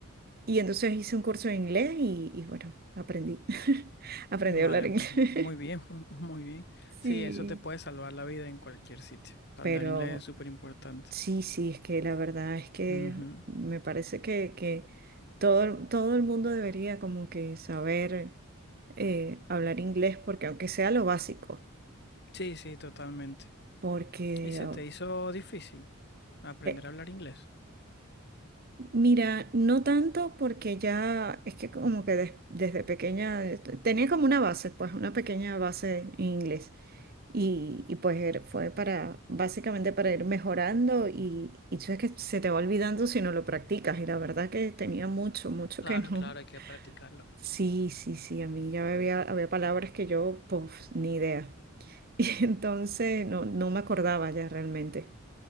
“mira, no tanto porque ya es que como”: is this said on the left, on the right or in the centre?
Right